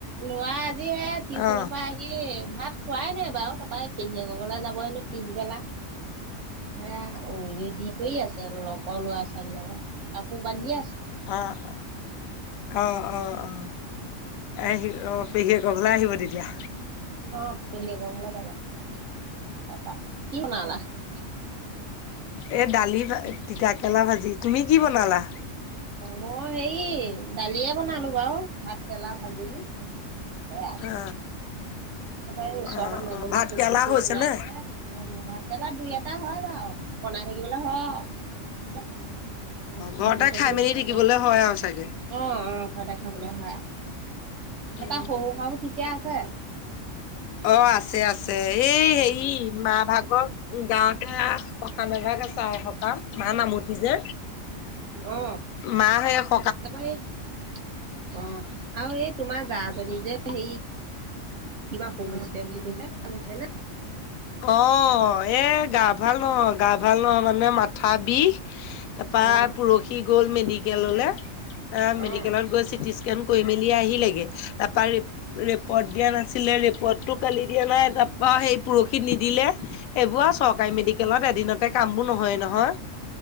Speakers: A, on the right; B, on the left.
A: লৰা আজি এ টিউচনৰ
B: অ
A: পৰা আহি ভাত খোৱাই নাই বাৰু তাপা, এই পেহীয়েকৰ যাব হেনো পিছবেলা। হে, অ' ৰেডি কৰি আছে লগৰ লৰা-ছোৱালীৰ লগত কাপোৰ বান্ধি আছে
B: আহ, অ', অ', অ। এহ, অ' পেহীয়েকৰ ঘৰলে
A: বান্ধি
B: আহিব তেতিয়া।
A: অ <unintelligible>
B: এ দালি ভা তিতাকেৰেলা ভাজি, তুমি কি বনালা?
A: মই হেৰি দালিয়ে বনালো বাৰু ভাত কেৰেলা ভাজিলো, সেয়াই।
B: অ
A: তাৰাপৰা এই ওচৰৰ
B: অ
A: মানুহ
B: অ
A: এজনীয়ে
B: ভাত
A: কচুথোৰ
B: কেৰেলা হৈছে
A: বনাইছে
B: নে?
A: দিব হেনো, ভাতকেৰেলা দুই এট তাৰ হয় বাও বনাই থাকিবলে হয় আও। অ
B: ঘৰতে
A: ভাজি-চাজি
B: খাই মেলি
A: হৈ থাকে,
B: থাকিবলৈ হয় আৰু চাগে
A: অ অ ঘৰতে খাব খাবলে হয় আও,
B: অ
A: এটা সৰু হাঁহো ঠিকে আছে?
B: অ আছে আছে এই হেৰি মা ভাগৰ গাৱতে আ সকাম এভাগ আছে আও আই সকাম মায়ে মামুঠি যে,
A: অ
B: মা সেই হ
A: তাৰপৰা সেই, অ, আৰু এই তোমাৰ জাজনী যে হেৰি কিবা অসুখ হৈছে বুলি কৈছিলে ভাল হৈছে না?
B: অ এ গা ভাল নহয় গা ভাল নহয় মানে মাথা বিষ। তাৰপৰা
A: অ
B: পৰহি গ'ল মেডিকেললে, মেডিকেলত
A: অ
B: গৈ চিটি। কেণ কৰি মেলি আহিলেগে তাৰপৰা ৰি ৰিপৰ্ট দিয়া নাছিলে ৰিপৰ্টটো কালি দিয়া নাই। অ সেই পৰহিত নিদিলে এইবোৰ আৰু চৰকাৰী মেডিকেলত এদিনতে কাম বোৰ নহয় নহয়।